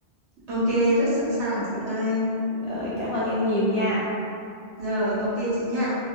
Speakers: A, on the right; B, on the left.
A: ok rất sẵn sàng chị ơi
B: Rồi, cảm ơn em nhiều nha
A: rồi ok chị nha